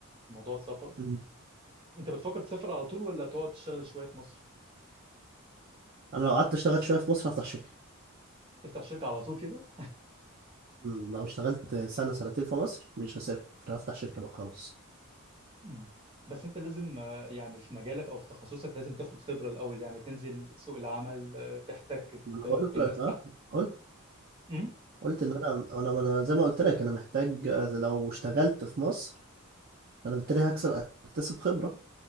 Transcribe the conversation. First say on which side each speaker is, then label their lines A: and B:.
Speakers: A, on the right (about 25°); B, on the right (about 45°).
A: في موضوع السفر
B: مم.
A: انت بتفكر تسافر على طول ولا تقعد تشتغل شوية في مصر
B: أنا لو قعدت أشتغل شوية في مصر هفتح شركة
A: تفتح شركة على طول كده
B: مم، لو اشتغلت سنة سنتين في مصر مش هسافر هفتح شركة بقى خلاص
A: مم. بس انت لازم آه، يعني في مجالك او في تخصصك لازم تاخد خبرة الاول يعني تنزل سوق العمل آه، تحتك
B: ما انا
A: آه،
B: بقول
A: بالناس
B: لك اه
A: تحت
B: قلت
A: مم.
B: قلت ان انا انا ما انا زي ما قلت لك انا محتاج آه، لو اشتغلت في مصر انا بالتالي هكسب اكتسب خبرة